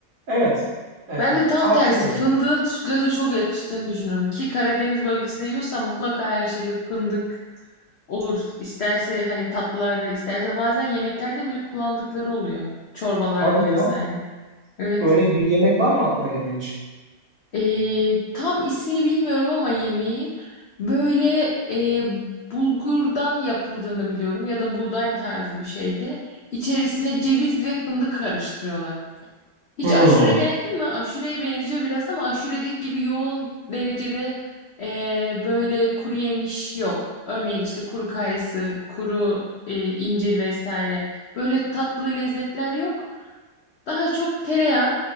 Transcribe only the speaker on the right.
Evet, e,
tarçınla
yerim.
Hadi
ya,
öyle bir yemek var mı aklına gelen hiç?
Hmm. Hı